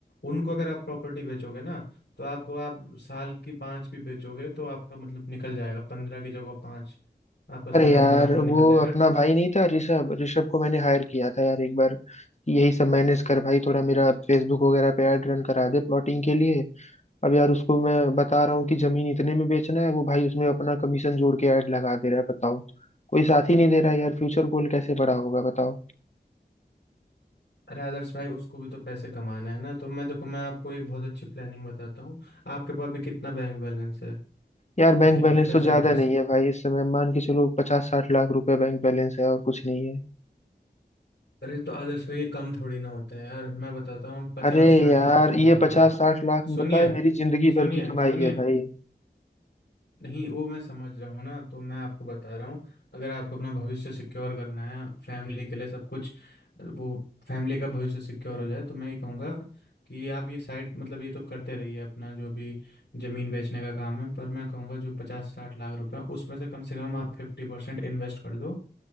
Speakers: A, on the left (about 70°); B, on the left (about 40°).
A: उनको अगर आप प्रॉपर्टी बेचोगे ना तो आपको आप साल की पाँच भी बेचोगे तो आपका मतलब निकल जाएगा पंद्रह की जगह पाँच आपका सारा
B: अरे यार
A: मुनाफा निकल
B: वो
A: जाएगा
B: अपना भाई नहीं था ऋषभ ऋषभ को मैंने हायर किया था यार एक बार कि यही सब मैनेज कर भाई थोड़ा मेरा फेसबुक वगैरह पे ऐड रन करा दे प्लॉटिंग के लिए अब यार उसको मैं बता रहा हूँ कि जमीन इतने में बेचना है वो भाई उसमें अपना कमीशन जोड़ के ऐड लगा दे रहा है बताओ कोई साथ ही नहीं दे रहा यार फ्यूचर गोल कैसे बड़ा होगा बताओ
A: अरे आदर्श भाई उसको भी तो पैसे कमाना है ना तो मैं देखो मैं आपको एक बहुत अच्छी प्लानिंग बताता हूँ आपके पास भी कितना बैंक बैलेंस है
B: यार
A: कि
B: बैंक
A: कितने
B: बैलेंस
A: पैसे
B: तो
A: आपने
B: ज्यादा नहीं है भाई इस समय मान के चलो पचास साठ लाख रुपए बैंक बैलेंस है और कुछ नहीं है
A: अरे तो आदर्श भाई ये कम थोड़ी ना होता है यार मैं बताता हूँ पचास
B: अरे
A: साठ
B: यार
A: लाख का क्या
B: ये
A: करो
B: पचास साठ लाख
A: सुनिए
B: पता है मेरी जिंदगी
A: सुनिए
B: भर की कमाई
A: सुनिए
B: है भाई
A: नहीं वो मैं समझ रहा हूँ ना तो मैं आपको बता रहा हूँ अगर आपको अपना भविष्य सिक्योर करना है फैमिली के लिए सब कुछ वो फैमिली का भविष्य सिक्योर हो जाए तो मैं ये कहूँगा कि आप ये साइड मतलब ये तो करते रहिए अपना जो भी जमीन बेचने का काम है पर मैं कहूँगा जो पचास साठ लाख रुपए हैं, उसमें से कम से कम आप फिफ्टी परसेंट इन्वेस्ट कर दो